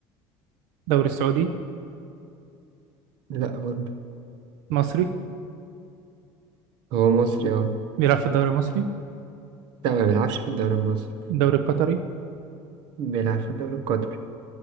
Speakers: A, on the right; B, on the right.
A: الدوري السعودي
B: لا برضه
A: مصري
B: هو مصري اه
A: بيلعب في الدوري المصري
B: لا ما بيلعبش في الدوري المصري
A: الدوري القطري
B: بيلعب في الدوري القطري